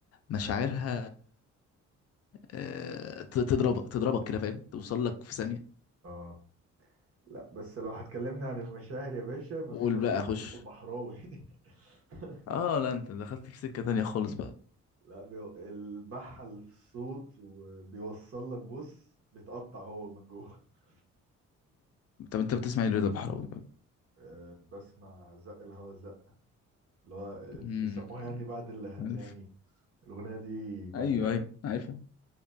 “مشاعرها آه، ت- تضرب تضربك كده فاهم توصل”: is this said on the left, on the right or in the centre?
Left